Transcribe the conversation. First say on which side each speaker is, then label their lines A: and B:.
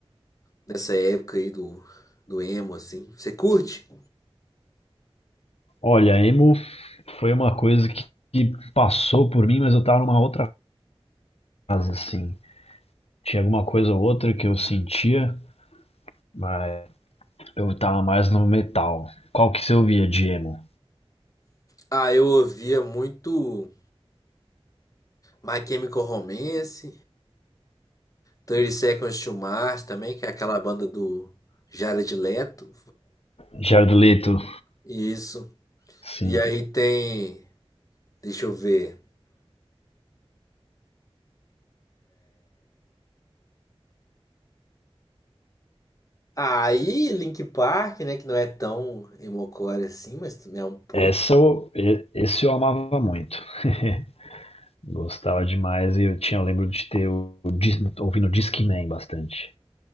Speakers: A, on the left; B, on the left.
A: dessa época aí do, do emo, assim. Você curte?
B: Olha, emo foi uma coisa que, que passou por mim, mas eu tava numa outra fase, assim. Tinha alguma coisa ou outra que eu sentia, mas eu tava mais no metal. Qual que você ouvia de emo?
A: Ah, eu ouvia muito My Chemical Romance, 30 Seconds to Mars também, que é aquela banda do Jared Leto,
B: Jared Leto,
A: Isso.
B: sim.
A: E aí tem, deixa eu ver. Aí Link Park, né, que não é tão emocore assim, mas também é um pouco.
B: Essa eu, e- esse eu amava muito. <laughs> Gostava demais e eu tinha, eu lembro de ter o, dis- ouvindo Discman bastante.